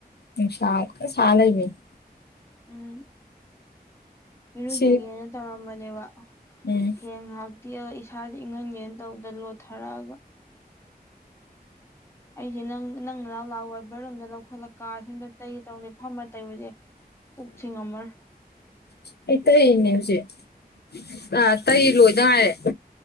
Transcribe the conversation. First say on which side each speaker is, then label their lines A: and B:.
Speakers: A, on the left; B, on the left.
A: ꯅꯨꯡꯁꯥ ꯀ ꯁꯥ ꯂꯩꯕꯅꯤ
B: ꯎꯝ ꯏꯔꯨꯖꯒꯦꯅ
A: ꯁꯤ
B: ꯇꯧꯔꯝꯕꯅꯦꯕ
A: ꯎꯝ
B: ꯒꯦꯝ ꯉꯥꯛ ꯏꯁꯥꯁꯦ ꯏꯪꯍꯟꯒꯦꯅ ꯇꯧꯕꯗ ꯂꯣꯠꯊꯔꯛꯑꯒ ꯑꯩꯁꯦ ꯅꯪ ꯅꯪ ꯅ ꯂꯥꯛꯑꯣꯏ ꯕꯔꯣꯝꯗ ꯂꯧꯈꯠꯂꯛꯀ ꯁꯣꯝꯗ ꯇꯩ ꯇꯧꯗꯦ ꯐꯝꯃ ꯇꯩꯕꯁꯦ ꯄꯨꯛ ꯁꯤꯡꯉꯝꯃꯔꯣꯏ
A: <unintelligible> ꯑ ꯇꯩ ꯂꯣꯏꯗ ꯉꯥꯏꯔꯦ